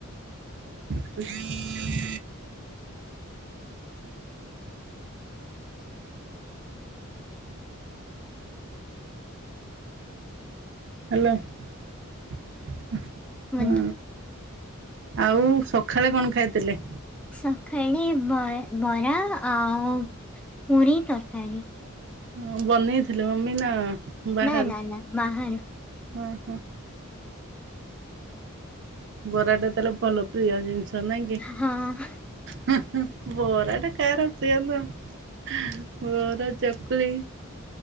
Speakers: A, on the right (about 55°); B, in the centre.
A: ଘୁ ହାଲୋ ହଁ।
B: ବନ୍ଧୁ
A: ଆଉ ସଖାଳେ କଣ ଖାଇଥିଲେ।
B: ସଖାଳେ ବ ବରା ଆଉ ପୁରୀ ତରକାରୀ।
A: ଓ ବନେଇ ଥିଲ ମମି ନା। ବାହାରୁ?
B: ନା ନା ନା ବାହାରୁ।
A: ହଁ ହଁ। ପରାଟା ତାର ଭଲ ପ୍ରିୟ ଜିନିଷ ନାଇଁ କି?
B: ହଁ
A: ହ ହ ବରା ଟା କାହାର ପ୍ରିୟ ନୁହ ବରା ଚକୁଳି